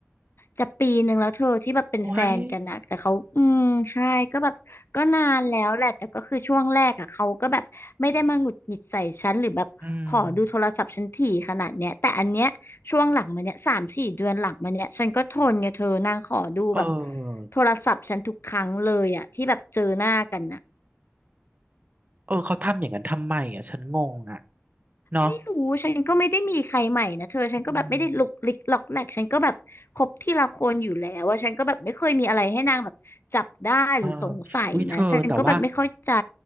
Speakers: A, on the left; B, on the right.
A: จะปีหนึ่งแล้วเธอที่แบบเป็นแฟนกันนะแต่เขาอืมใช่ก็แบบก็นานแล้วแหละแต่ก็คือช่วงแรกอ่ะเขาก็แบบไม่ได้มาหงุดหงิดใส่ฉันหรือแบบขอดูโทรศัพท์ฉันถี่ขนาดเนี้ยแต่อันเนี้ยช่วงหลังมาเนี้ยสามสี่เดือนหลังมาเนี้ยฉันก็ทนไงเธอนางขอดูแบบ
B: โอ้ย อืมเออ
A: โทรศัพท์ฉันทุกครั้งเลยอ่ะที่แบบเจอหน้ากันน่ะ
B: เออเขาทำอย่างนั้นทำไมอ่ะฉันงงอ่ะเนาะ
A: ไม่รู้ฉันก็ไม่ได้มีใครใหม่นะเธอฉันก็แบบไม่ได้ลุกลิกล็อกแหลกฉันก็แบบคบทีละคนอยู่แล้วว่าฉันก็แบบไม่เคยมีอะไรให้นางแบบจับได้หรือสงสัยนะ
B: อืมเออวิเธอแต่ว่า
A: ฉันก็แบบไม่เข้าใจ